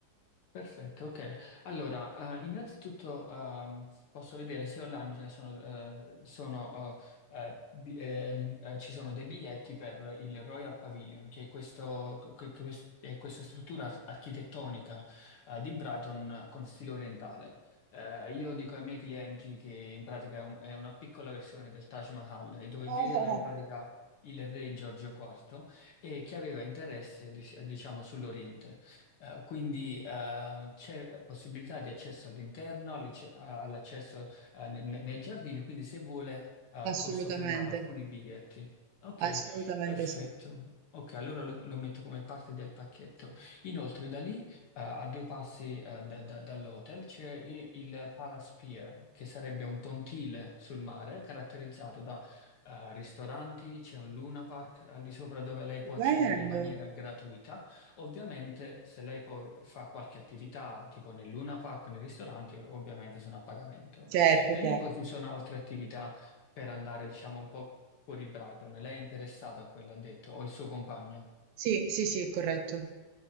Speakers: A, on the left; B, on the right.
A: Perfetto, ok. Allora, eh, innanzitutto ehm, posso vedere se online già sono, eh, sono, eh, eh, bi- ehm, eh, ci sono dei biglietti per il Royal Pavilion, che è, questo- que- que- è questa struttura ar- architettonica eh, di Brighton con stile orientale. Eh, io dico ai miei clienti che in pratica è un- è una piccola versione del Taj Mahal, eh, dove
B: Oh,
A: viveva
B: oh, oh,
A: in pratica il re Giorgio IV e che aveva interesse, dic- diciamo, sull'Oriente. Eh, quindi eh, c'è possibilità di accesso all'interno, all'ice- a- all'accesso eh, ne- ne- nei giardini, quindi se vuole eh,
B: assolutamente,
A: posso fermare alcuni biglietti. Ok,
B: assolutamente
A: perfetto.
B: sì.
A: Ok, allora lo, lo metto come parte del pacchetto. Inoltre da lì, eh, a due passi eh, da- da- dall'hotel, c'è i- il Palace Pier, che sarebbe un pontile sul mare caratterizzato da eh, ristoranti, c'è un Luna Park al di sopra dove lei
B: Stupendo.
A: può accedere in maniera gratuita Ovviamente, se lei poi fa qualche attività tipo nel Luna Park o nei ristoranti, ovviamente sono a pagamento.
B: Certo,
A: Da
B: chiaro.
A: lì poi ci sono altre attività per andare, diciamo, un po' fuori Brighton. Lei è interessata a quella, ha detto, o il suo compagno?
B: Sì, sì, sì, corretto.